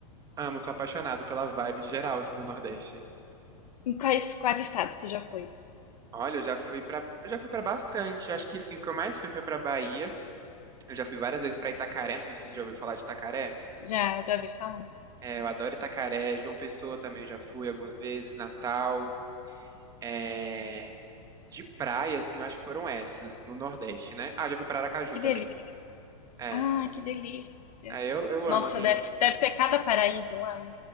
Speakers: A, on the right; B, on the left.
A: amo, sou apaixonado pela vibe geral assim do Nordeste.
B: Em quais, quais estados você já foi?
A: Olha, eu já fui pra eu já fui pra bastante. Acho que assim, o que eu mais fui foi pra Bahia. Eu já fui várias vezes pra Itacaré, não sei se você já ouviu falar de Itacaré.
B: Já, já ouvi falar?
A: É, eu adoro Itacaré, João Pessoa também eu já fui algumas vezes, Natal. é, De praia, assim, eu acho que foram essas, no Nordeste, né? Ah, já fui pra Aracaju
B: Que
A: também.
B: delícia.
A: É.
B: Ah, que delícia.
A: É, eu, eu
B: Nossa,
A: amo, assim.
B: deve, deve ter cada paraíso lá.